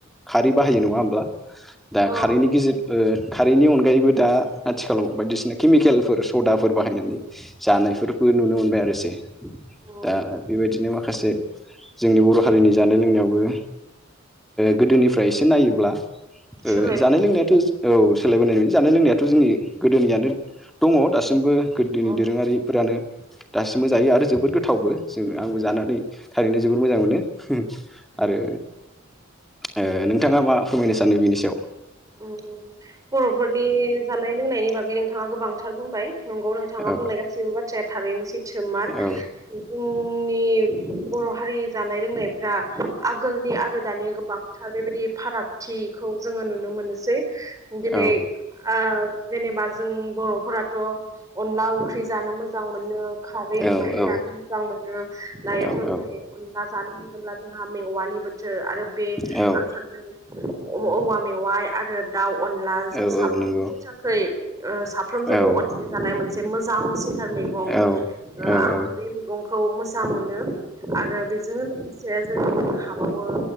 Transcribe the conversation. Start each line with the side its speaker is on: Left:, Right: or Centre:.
Centre: खारै बाहायो नङा होमब्ला? दा
Right: औ
Centre: हायैनि गेजेद ओ खारैनि अनगायैबो दा आथिखालाव बायदिसिना केमिकेलफोर सदाफोर बाहायनानै जानायफोरबो नुनो मोनबाय आरोसै
Right: उम
Centre: दा बेबायदिनो माखासे जोंनि बर हारिनि जानाय लोंनायावबो ओ गोदोनिफ्राय एसे नायोब्ला
Right: सोलायबोबाय
Centre: ओ जानाय लोंनायाथ औ सोलायबोनाय नुयो जानाय लोंनायाथ जोंनि गोदोनियानो दङ दासिमबो गोदोनि
Right: औ
Centre: दोरोङारिफोरानो दासिमबो जायो आरो जोबोद गोथावबो जोंङो आंबो जा जानानै थारैनो जोबोर मोजां मोनो आरो ओ नोंथाङा मा फोरमायनो सानो बिनि सायाव?
Right: उम बरफोरनि जानाय लोंनायनि बागै नोंथाङा गोबांथार बुंबाय नंगौ नोंथाङा
Centre: औ
Right: बुंनाय गासैबो बाथ्राया थारैनो सैथोमार
Centre: औ
Right: जोंनि बर बर हारिनि जानाय लोंनाय फ्रा आगोलनि आरो दानि गोबांथार बेबायदि फारागथिखौ जोङो नुनो मोनो जै दिनै
Centre: औ
Right: ओ जेनेबा जों बरफोराथ अनला ओंख्रि ख्रै जानो मोजां मोनो खारै ओंख्रि
Centre: औ
Right: जानो मोजां मोनो दायोथ
Centre: औ औ
Right: नै अनला जानो होनोब्ला जोंहा मेवानि बोथोर आरो बे
Centre: औ
Right: आं सान्दों औवा मेवाइ आरो दाउ अनला जों
Centre: औ
Right: साफ्रोमबो
Centre: औ नंगौ
Right: थाखै ओ साफ्रोमजोंबो
Centre: औ औ
Right: अनसायजानाय मोनसे मोजां सिन थार मैगं
Centre: औ
Right: ओ
Centre: औ
Right: आं बे मैगंखौ मोजां मोनो आरो बेजोंनो लोगोसे जोङो हाबावो